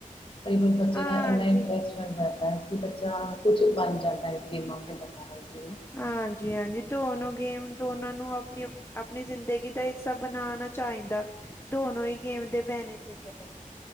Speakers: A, on the left (about 40°); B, on the left (about 20°).
A: ਗੇਮ ਬੱਚੇ
B: ਹਾਂਜੀ
A: ਦਾ ਇੰਨਾ ਇੰਟਰਸਟ ਕਿ ਬੱਚਾ ਕੁਛ ਬਣ ਜਾਂਦਾ ਗੇਮਾਂ ਖੇਡਣ ਨਾਲ਼
B: ਹਾਂਜੀ ਹਾਂਜੀ ਧੋਨੋ ਗੇਮ ਤੋਂ ਉਹਨਾਂ ਨੂੰ ਆਪਣੀ ਆਪਣੀ ਜ਼ਿੰਦਗੀ ਦਾ ਹਿੱਸਾ ਬਣਾਣਾ ਚਾਹੀਦਾ ਦੋਨੋ ਹੀ ਗੇਮ ਦੇ ਬੈਨੀਫਿਟ ਹੈ।